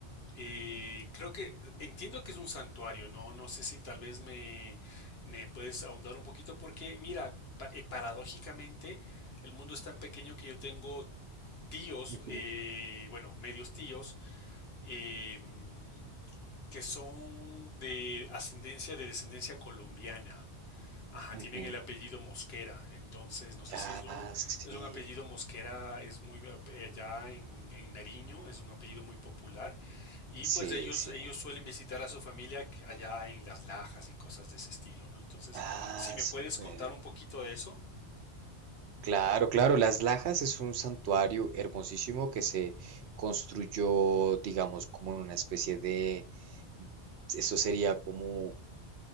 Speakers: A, on the left (about 60°); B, on the right (about 70°).
A: Eh, creo que eh, entiendo que es un santuario, ¿no? No sé si tal vez me, me puedes ahondar un poquito porque, mira, pa- eh, paradójicamente el mundo es tan pequeño que yo tengo tíos,
B: Ujú,
A: eh, bueno, medios tíos, em, que son de ascendencia, de descendencia colombiana. Ajá,
B: ujú.
A: tienen el apellido Mosquera, entonces no sé si
B: Ah,
A: es un,
B: sí,
A: es un apellido Mosquera, es muy ap- eh, allá en, en Nariño, es un apellido muy popular y
B: sí,
A: pues ellos,
B: sí.
A: ellos suelen visitar a su familia aquí- allá en Las Lajas y cosas de ese estilo, ¿no? Entonces,
B: Ah,
A: si me
B: súper.
A: puedes contar un poquito de eso.
B: Claro, claro, Las Lajas es un santuario hermosísimo que se construyó, digamos, como en una especie de, eso sería como,